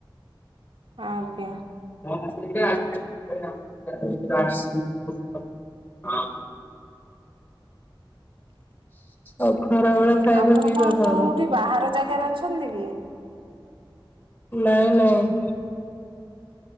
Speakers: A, on the right; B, on the left.
A: ଆଜ୍ଞା।
B: <unintelligible> ହଁ। ଆଉ ଖରାବେଳେ ଖାଇବା
A: ଆପଣ
B: ପିଇବା କଣ?
A: କୋଉଠି ବାହାର ଜାଗାରେ ଅଛନ୍ତି କି?
B: ନାଇଁ ନାଇଁ।